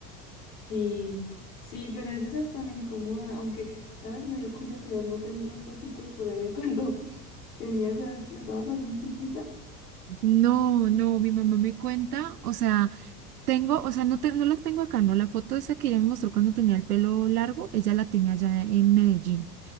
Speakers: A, on the left; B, on the right.
A: Sí, sí, pero a veces hasta me incomoda, aunque, ¿sabes? Me dio curiosidad, ¿no tendrás foticos por ahí de cuando <laughs> tenías, eh, estabas así chiquita?
B: No, no, mi mamá me cuenta, o sea... Tengo, o sea, no, te- no la tengo acá, no. La foto esa que ella me mostró cuando tenía el pelo largo, ella la tenía allá en Medellín.